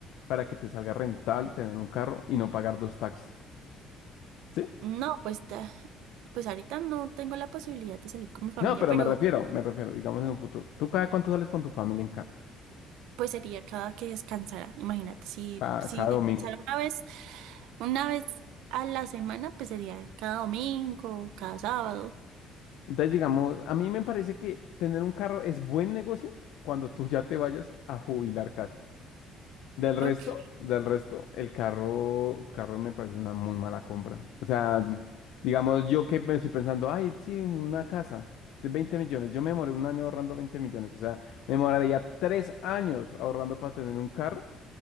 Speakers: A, on the left; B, on the right.
A: para que te salga rentable tener un carro y no pagar dos taxis? ¿Sí?
B: No, pues, ta- pues ahorita no tengo la posibilidad de salir con mi familia,
A: No, pero
B: pero
A: me refiero, me refiero, digamos en un futuro. ¿Tú cada cuánto sales con tu familia en carro?
B: Pues sería cada que descansara. Imagínate, si,
A: Cada,
B: si
A: cada
B: descansara
A: domingo.
B: una vez, una vez a la semana, pues sería cada domingo, cada sábado.
A: Entonces, digamos, a mí me parece que tener un carro es buen negocio cuando tú ya te vayas a jubilar casi. Del resto,
B: Ok,
A: del resto, el carro, carro me parece una muy mala compra. O sea, digamos, yo que me estoy pensando, ay, sí, una casa de 20 millones. Yo me demoré un año ahorrando 20 millones. O sea, me demoraría tres años ahorrando para tener un carro